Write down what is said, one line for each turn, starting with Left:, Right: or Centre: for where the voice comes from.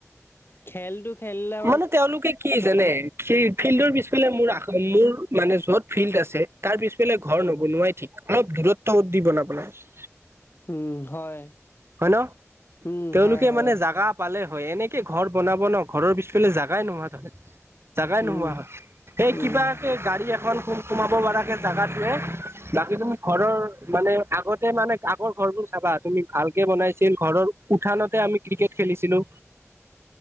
Left: খেলটো খেলিলে
Right: মানে তেওঁলোকে। কি জানে? সেই ফিল্ডৰ পিছফালে মোৰ মোৰ মানে যত ফিল্ড আছে! তাৰ পিছফালে ঘৰ নবনোৱাই ঠিক অলপ দূৰত্বত দি বনাব লাগে!
Left: উম, হয়!
Right: হয় ন?
Left: উম
Right: তেওঁলোকে
Left: হয় হয়
Right: মানে জাগা। পালে হয়! এনেকে ঘৰ বনাব ন ঘৰৰ পিছফালে জাগাই নোহোৱা হয় গ'ল! জাগাই নোহোৱা
Left: উম
Right: হয়! সেই কিবাকে
Left: উম
Right: গাড়ী এখন সোমাব পৰাকে জেগাটোৱে-। বাকী তুমি ঘৰৰ মানে আগতে মানে আগৰ ঘৰ বোৰ চাবা তুমি ভাল। বনাইছিল ঘৰৰ উঠানতে আমি ক্ৰিকেট খেলি ছিঁলো!